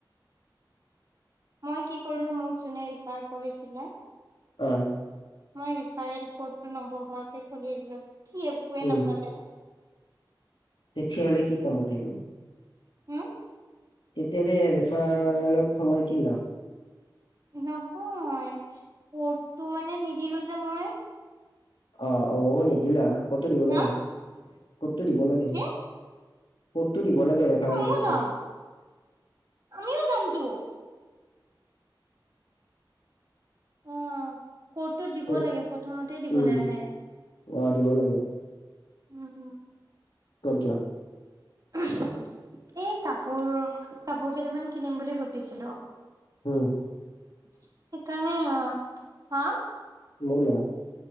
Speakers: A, on the right (about 45°); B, on the left (about 80°).
A: মই কি কৰিলোঁ, মোক যোনে ৰিফাৰ কৰিছিলে
B: অ'।
A: মই ৰিফাৰেল কডটো নবহোৱাকে খুলি দিলোঁ। সি একোৱে
B: উম
A: নাপালে।
B: তেতিয়াহলে কি কামত আহিব?
A: হুম?
B: তেতিয়াহলে ৰেফাৰলত সোমাই কি লাভ?
A: নহয়। কডটো মানে নিদিলোঁ যে মই।
B: অ'। অ' নিদিলা। কডটো দিব
A: হা
B: লাগে। কডটো দিব লাগে।
A: কি
B: কডটো দিব লাগে, ৰেফাৰেল
A: ময়ো
B: কডটো।
A: যাম আমিও যামতো। অ কডটো দিব
B: ক'ত
A: লাগে, প্ৰথমতে দিবলৈ
B: উম
A: আহে।
B: অ দিব লাগে
A: উম - উম।
B: ক'ত যোৱা‌?
A: এ কাপোৰ- কাপোৰ কেইটামান কিনিম বুলি ভাবিছিলোঁ।
B: উম,
A: সেইকাৰণে অ'- হা?
B: ললা?